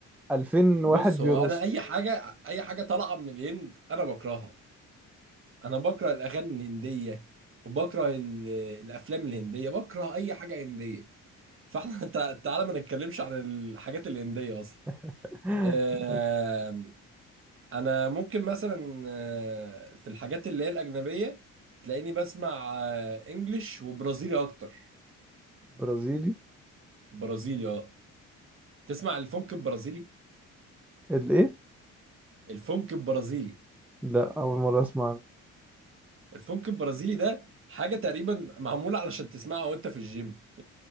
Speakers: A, in the centre; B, on the right.
A: 2000
B: بص
A: واحد بيرقصوا
B: هو انا اي حاجة اي حاجة طالعة من الهند انا بكرهها انا بكره الاغاني الهندية وبكره ال... الافلام الهندية بكره اي حاجة هندية فاحنا <laughs> تع- تعالى ما نتكلمش عن الحاجات الهندية اصلا
A: <laughs>
B: آه، انا ممكن مثلا آه، في الحاجات اللي هي الاجنبيه تلاقيني بسمع آه، انجليش وبرازيلي اكتر
A: برازيلي
B: برازيلي اه تسمع الفونك البرازيلي
A: الايه
B: الفونك البرازيلي
A: لا اول مره اسمع عنه.
B: الفونك البرازيلي ده حاجه تقريبا معموله علشان تسمعها وانت في الجيم